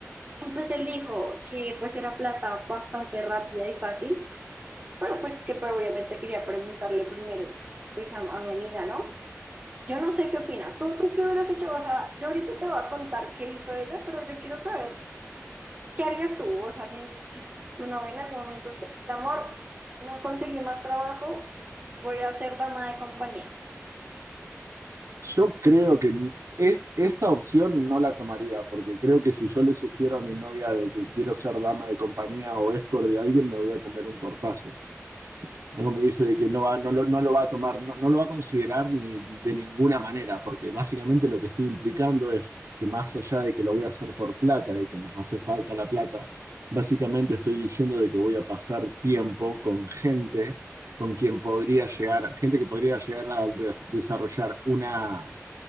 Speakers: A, on the right; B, on the right.
A: Y pues él dijo que pues era plata bastante rápida y fácil, pero pues que pues, obviamente quería preguntarle primero pues a a mi amiga, ¿no? Yo no sé qué opinas. ¿Tú, tú qué hubieras hecho? O sea, yo ahorita te voy a contar qué hizo ella, pero yo quiero saber qué harías tú. O sea, si, si tu novia en algún momento te dice, amor, no conseguí más trabajo, voy a ser dama de compañía.
B: Yo creo que es, esa opción no la tomaría, porque creo que si yo le sugiero a mi novia de que quiero ser dama de compañía o escort de alguien, me voy a comer un tortazo. Luego me dice de que no va, no lo, no lo va a tomar, no, no lo va a considerar ni de ninguna manera, porque básicamente lo que estoy implicando es que más allá de que lo voy a hacer por plata y que nos hace falta la plata, básicamente estoy diciendo de que voy a pasar tiempo con gente con quien podría llegar, gente que podría llegar a de- desarrollar una